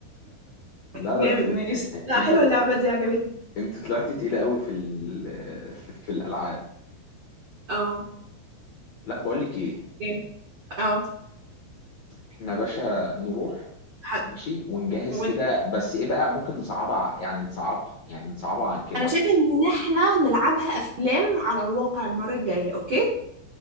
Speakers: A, on the left; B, on the right.
A: لا
B: جامد
A: ده انت
B: ماشي لا
A: انت
B: حلوه اللعبه دي عجبتني
A: انت طلعتي تقيله قوي في ال... في في الالعاب
B: اه
A: لا بقول لك ايه
B: جامد اه
A: احنا يا باشا نروح
B: حد
A: ماشي ونجهز
B: وين
A: كده بس ايه بقى ممكن نصعبها ع- يعني نصعبها يعني نصعبها عن كده
B: انا شايفه ان احنا نلعبها افلام على الواقع المره الجايه اوكي